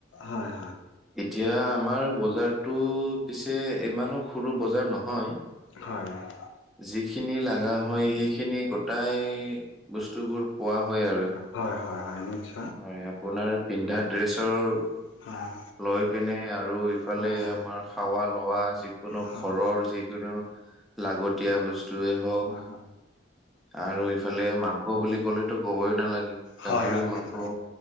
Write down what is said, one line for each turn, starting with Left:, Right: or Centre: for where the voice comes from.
Left: হয় হয়
Centre: এতিয়া আমাৰ বজাৰটো পিছে ইমানো সৰু বজাৰ নহয়। হয়।
Left: হয়, হয়।
Centre: যিখিনি লাগা হয় সেইখিনি গোটাই বস্তুবোৰ পোৱা হয় আৰু
Left: হয়, হয়, হয় নিশ্চ
Centre: হয় আপোনাৰ পিন্ধা ড্ৰেছৰ
Left: হয়
Centre: লৈ পিনে আৰু ইফালে
Left: হয়
Centre: আমাৰ খাৱা লোৱা যিকোনো
Left: হয়
Centre: ঘৰৰ যিকোনো লাগতিয়া বস্তুয়ে মোক
Left: হয় হয়
Centre: আৰু ইফালে মাংস বুলি ক'লেতো কবই নালাগে উম'
Left: হয়
Centre: গাহৰি
Left: হয়
Centre: মাংস
Left: হয়,